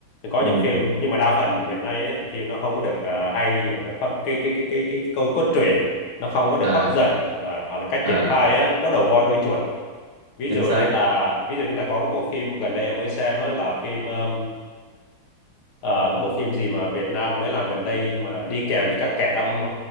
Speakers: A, on the left; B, on the right.
A: có những
B: ừ
A: phim nhưng mà đa phần hiện nay ấy, thì phim nó không có được ờ, hay gọi là không- cái cái cái cái cái câu cốt truyện nó không có được
B: à
A: hấp dẫn hoặc là, hoặc là cách
B: à
A: triển khai á, nó đầu voi đuôi chuột ví
B: chính
A: dụ
B: xác
A: như là ví dụ như là có cái bộ phim gần đây em mới xem á, là phim um, ờ, cái bộ phim gì mà Việt Nam mới làm gần đây mà đi kèm với cả kẻ âm